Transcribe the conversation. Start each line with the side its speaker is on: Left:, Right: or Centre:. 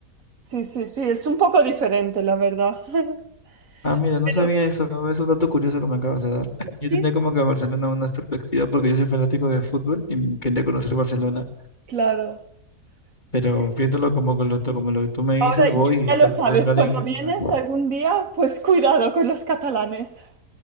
Right: sí, sí, sí, es un poco diferente, la verdad. <laughs>
Left: Ah, mira, no
Right: Pero
Left: sabía eso. Es un dato curioso que me acabas de dar. <laughs>
Right: sí,
Left: Yo tenía como que Barcelona una perspectiva porque yo soy fanático de fútbol y quería conocer Barcelona.
Right: claro.
Left: Pero
Right: Sí, sí,
Left: viéndolo
Right: sí.
Left: como, con lo, to- como lo que tú me
Right: Ahora
Left: dices,
Right: ya
Left: voy
Right: ya
Left: y tal
Right: lo sabes,
Left: vez vale
Right: cuando
Left: en
Right: vienes
Left: catalán.
Right: algún día, pues cuidado con los catalanes.